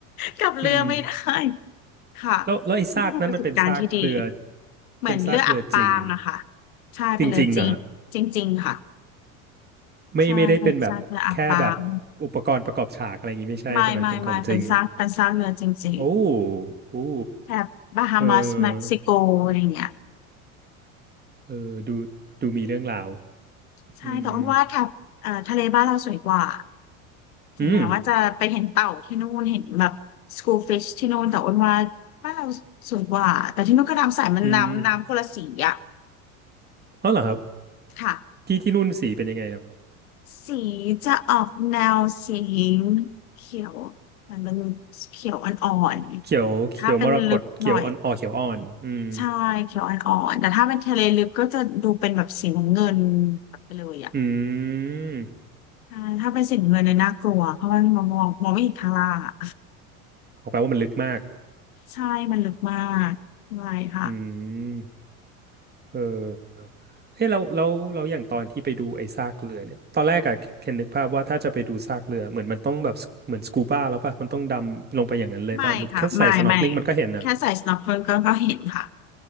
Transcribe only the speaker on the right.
อืม
แล้วแล้วไอ้ซากนั้นมันเป็นซากเรือ
เป็นซากเรือจริง
จริงๆอะไม่ไม่ได้เป็นแบบแค่แบบ
อุปกรณ์ประกอบฉากอะไรอย่างงี้ไม่ใช่ใช่ไหมเป็นของจริง
โอ้โอ้
เออเออดูดูมีเรื่องราว
อืม
อืมอืมอ๋อเหรอครับ
ที่ที่นู่นสีเป็นยังไงครับ
เขียวเขียวมรกตเขียวอ่อนอ๋อเขียวอ่อนอืม
อืม
ขอแปลว่ามันลึกมาก
อืม เออเฮ้ยเราเราเราอย่างตอนที่ไปดูไอ้ซากเรือเนี่ยตอนแรกอะเคนนึกภาพว่าถ้าจะไปดูซากเรือเหมือนมันต้องแบบเหมือนสกูบ้าแล้วป่ะมันต้องดำลงไปอย่างนั้นเลยป่ะหรือแค่ใส่สน็อกลิงมันก็เห็นนะ